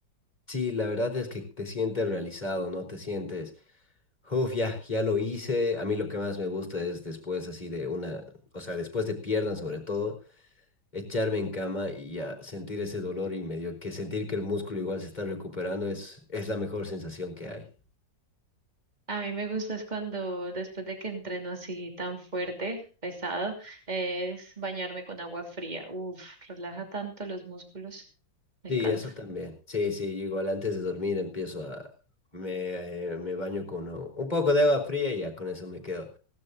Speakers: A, on the left; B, on the right.
A: sí, la verdad es que te sientes realizado, ¿no? Te sientes... Uf, ya, ya lo hice. A mí lo que más me gusta es después así de una, o sea, después de piernas sobre todo, echarme en cama y a sentir ese dolor y medio que sentir que el músculo igual se está recuperando es, es la mejor sensación que hay.
B: A mí me gusta es cuando después de que entreno así tan fuerte, pesado, es bañarme con agua fría. Uf, relaja tanto los músculos. Me
A: Sí,
B: encanta.
A: eso también. Sí, sí, igual antes de dormir empiezo a... Me, eh, me baño con uh, un poco de agua fría y ya con eso me quedo.